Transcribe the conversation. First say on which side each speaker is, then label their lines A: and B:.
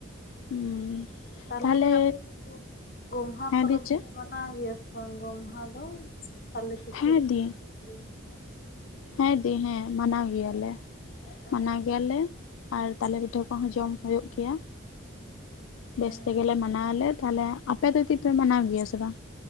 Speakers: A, on the left; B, on the left.
A: ᱦᱩᱸ
B: ᱦᱮᱸᱛᱚ ᱛᱟᱦᱞᱮ
A: ᱛᱟᱦᱚᱞᱮ
B: ᱢᱟᱹᱭ ᱟᱯᱮ ᱥᱮ ᱫᱚ ᱜᱚᱢᱦᱟ
A: ᱦᱮᱸ
B: ᱯᱚᱨᱚᱵᱽ
A: ᱫᱤ ᱪᱮᱫ
B: ᱫᱚ ᱢᱟᱱᱟᱣ ᱜᱮᱭᱟ ᱥᱮ ᱵᱟᱝ ᱜᱚᱢᱦᱟ ᱫᱚ ᱛᱟᱞᱮ ᱯᱤᱴᱷᱟᱹ
A: ᱦᱮᱸ
B: ᱠᱚ
A: ᱫᱤ
B: ᱠᱟᱹᱴᱤᱡ ᱜᱮᱭᱟ ᱥᱮ ᱵᱟᱝ
A: ᱦᱮᱸ ᱫᱤ ᱦᱮᱸ ᱢᱟᱱᱟᱣ ᱜᱮᱭᱟᱞᱮ
B: ᱚ
A: ᱢᱟᱱᱟᱣ ᱜᱮᱭᱟᱞᱮ ᱟᱨ ᱛᱟᱞᱮ ᱯᱤᱴᱷᱟᱹ ᱠᱚᱦᱚᱸ ᱡᱚᱢ ᱦᱩᱭᱩᱜ ᱜᱮᱭᱟ ᱵᱮᱥ
B: ᱚ
A: ᱛᱮᱜᱮᱞᱮ ᱢᱟᱱᱟᱣ ᱟᱞᱮ ᱛᱟᱦᱚᱞᱮ ᱟᱯᱮ ᱫᱚ ᱪᱮᱫ ᱯᱮ ᱢᱟᱱᱟᱣ ᱜᱮᱭᱟ ᱥᱮ ᱵᱟᱝ